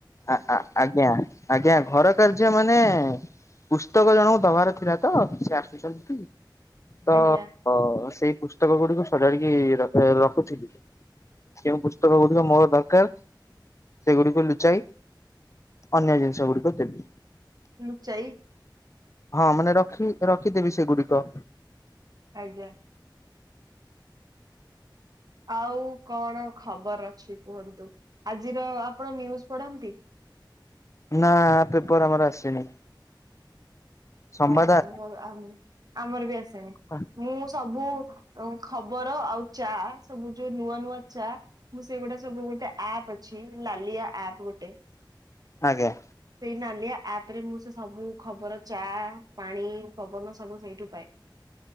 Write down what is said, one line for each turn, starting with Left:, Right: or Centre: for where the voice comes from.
Left: ଆ-ଆ ଆଜ୍ଞା ଆଜ୍ଞା ଘର କାର୍ଯ୍ୟ ମାନେ ପୁସ୍ତକ ଜଣଙ୍କୁ ଦବାର ଥିଲା ତ ସେ ଆସୁଛନ୍ତି। ତ
Right: ଆଜ୍ଞା
Left: ହଁ ସେଇ ପୁସ୍ତକ ଗୁଡିକୁ ସଜାଡିକି ର ରଖୁଥିଲି। ଯେଉଁ ପୁସ୍ତକ ଗୁଡିକ ମୋର ଦରକାର ସେଗୁଡିକୁ ଲୁଚାଇ ଅନ୍ୟ ଜିନିଷ ଗୁଡିକ ଦେବି।
Right: ଲୁଚାଇ।
Left: ହଁ ମାନେ ରଖି ରଖିଦେବି ସେଗୁଡିକ।
Right: ଆଜ୍ଞା। ଆଉ କଣ ଖବର ଅଛି କୁହନ୍ତୁ ଆଜିର ଆପଣ ନିୟୁଜ ପଢନ୍ତି?
Left: ନା ପେପର ଆମର ଆସିନି। ସମ୍ବାଦ
Right: ଓହୋ ମୋର ଆମର ବି ଆସେନି।
Left: ଆ
Right: ମୁଁ ସବୁ ଖବର ଆଉ ଚା ସବୁ ଯୋଉ ନୂଆ ନୂଆ ଚା ମୁଁ ସେଇଗୁଟା ସବୁ ଗୋଟେ ଆପ୍ ଅଛି ଲାଲିଆ ଆପ୍ ଗୋଟେ
Left: ଆଜ୍ଞା।
Right: ସେଇ ନାଲିଆଆପରେ ମୁଁ ସେ ସବୁ ଖବର ଚା ପାଣି ପବନ ସବୁ ସେଇଠୁ ପାଏ।